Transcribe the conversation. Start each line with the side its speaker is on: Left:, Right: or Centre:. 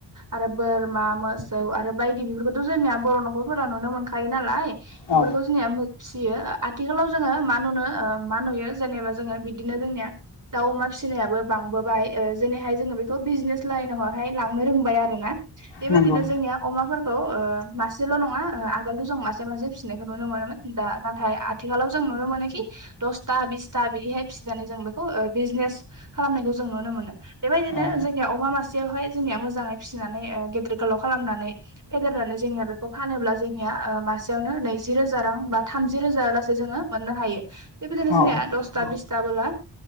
Right: आरो बोरमा मोसौ आरो बायदि बेफोरखौथ' जोंनिया बर' न'खरफोराव नुनो मोनखायो नालाय बेफोरखौ
Left: औ
Right: जोंनिया फिसियो आथिखालाव जोङो मा नुनो ओ मा नुयो जेनेबा जोङो बिदिनो जोंनिया दाउमा फिसिनायाबो बांबोबाय ओ जोनैहाय जोङो बेखौ बिजनेस लाइनावहाय लांनो रोंबाय आरो ना बेबायदिनो
Left: नंगौ
Right: जोंनिया अमाफोरखौ ओ मासेल' नङा ओ आगोलथ' जों मासे मासे फिसिनायखौ नुनो मोनोमोन दा नाथाय आथिखालाव जों नुनो मोनोखि। दसथा बिसथा बिदिहाय फिसिनानै जों बेखौ बिजनेस खालामनायखौ जों नुनो मोनो बेबायदिनो
Left: औ
Right: जोंनिया अमा मासेयावहाय जोंनिया मोजाङै फिसिनानै गेदेर गोल लाव खालामनानै फेदेरनानै जोंनिया बेखौ फानोब्ला जोंनिया ओ मासेयावनो नैजि रोजा रां बा थाम जि रोजा गासै जोङो मोननो हायो बेबायदिनो जोंनिया
Left: औ
Right: दसथा बिसथा बोला